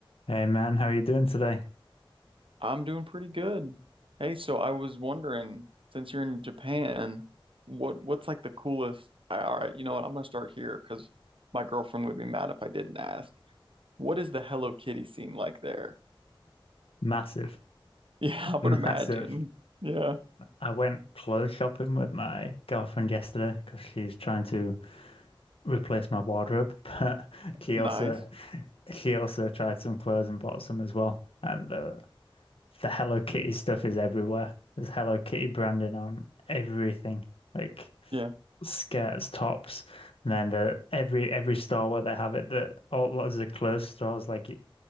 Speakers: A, on the left; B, on the right.
A: Hey man, how are you doing today?
B: I'm doing pretty good. Hey, so I was wondering, since you're in Japan, what what's like the coolest? I- All right, you know what? I'm gonna start here because my girlfriend would be mad if I didn't ask. What is the Hello Kitty scene like there? <laughs>
A: Massive,
B: Yeah, I
A: <laughs>
B: would imagine.
A: massive.
B: Yeah,
A: I went clothes shopping with my girlfriend yesterday because she's trying to replace my wardrobe, <laughs> but she
B: nice.
A: also she also tried some clothes and bought some as well. And the the Hello Kitty stuff is everywhere. There's Hello Kitty branding on everything. Like
B: Yeah,
A: skirts, tops, and then the every every store where they have it, the all lots of the clothes stores like